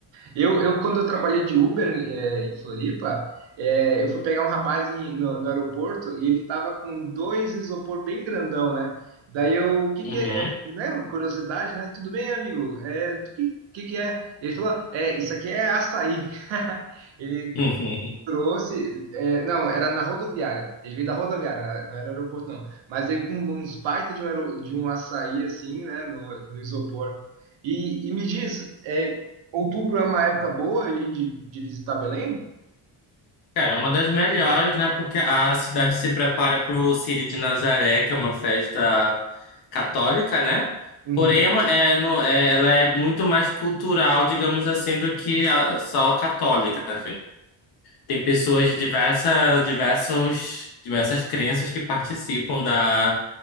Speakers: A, on the right; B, on the left.
A: Eu, eu, quando eu trabalhei de Uber é, em Floripa, é, eu fui pegar um rapaz em- no, no aeroporto e ele tava com dois isopor bem grandão, né? Daí eu, o que
B: Uhum.
A: que é, né? Curiosidade, né? Tudo bem, amigo? É, o que, que que é? Ele falou, é, isso aqui é açaí. <laughs> Ele,
B: <laughs>
A: Trouxe, é, não, era na rodoviária. Ele veio da rodoviária, não era aeroporto, não. Mas veio com uns baita de um, aero- de um açaí, assim, né, no, no isopor. E, e me diz, é, outubro é uma época boa aí de, de visitar Belém?
B: Cara, é uma das melhores, né? Porque a cidade se prepara para o Círio de Nazaré, que é uma festa católica, né?
A: Uhum.
B: Porém, é, uma- é, no- é- ela é muito mais cultural, digamos assim, do que a, só a católica. né? Tem pessoas de diversa, diversos, diversas crenças que participam da,